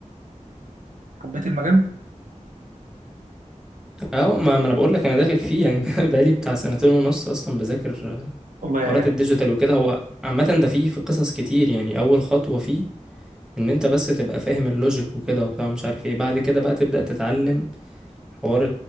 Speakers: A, on the right; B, in the centre.
A: حبيت المجال
B: اه ما ما انا بقول لك انا داخل فيه يعني <laughs> بقالي بتاع سنتين ونص اصلا بذاكر آه،
A: الله يعينك
B: حوارات الديجيتال وكده هو عامه ده فيه في قصص كتير يعني اول خطوه فيه ان انت بس تبقى فاهم اللوجيك وكده وبتاع مش عارف ايه بعد كده بقى تبدأ تتعلم حوار